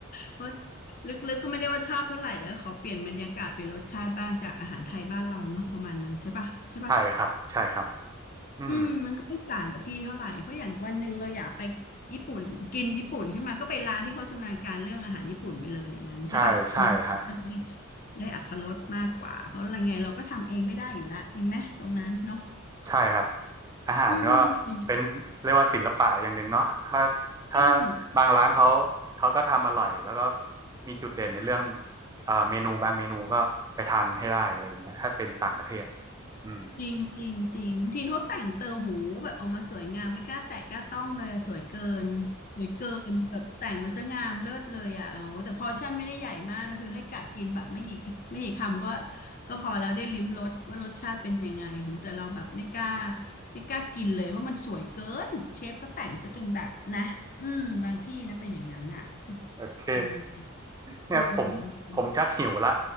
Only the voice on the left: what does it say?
เพราะลึกๆก็ไม่ได้ว่าชอบเท่าไหร่แต่ก็ขอเปลี่ยนบรรยากาศเปลี่ยนรสชาติบ้างจากอาหารไทยบ้านเราเนาะประมาณนั้นใช่ปะใช่ปะ
อืมมันก็ไม่ต่างกับพี่เท่าไหร่เพราะอย่างวันหนึ่งเราอยากไปญี่ปุ่นกินญี่ปุ่นขึ้นมาก็ไปร้านที่เขาชำนาญการเรื่องอาหารญี่ปุ่นไปเลยอย่างนั้นใช่ปะเนาะก็ได้
ได้อรรถรสมากกว่าเพราะอะไรไงเราก็ทำเองไม่ได้อยู่ละจริงไหมตรงนั้นเนาะ
อืม
จริง
จริงจริงจริงบางทีเขาแต่งเติมหูแบบออกมาสวยงามไม่กล้าแตะกล้าต้องเลยอะสวยเกินสวยเกินแบบแต่งมาซะงามเลิศเลยอ่ะโอ้แต่พอร์ชั่นไม่ได้ใหญ่มากนะคือให้กะกินแบบไม่กี่ไม่กี่คำก็ก็พอแล้วได้ลิ้มรสว่ารสชาติเป็นยังไงโหูแต่เราแบบไม่กล้าไม่กล้ากินเลยเพราะมันสวยเกินเชฟเขาแต่งซะจนแบบนะอืมบางที่นะเป็นอย่างนั้นน่ะ
มัน
เออ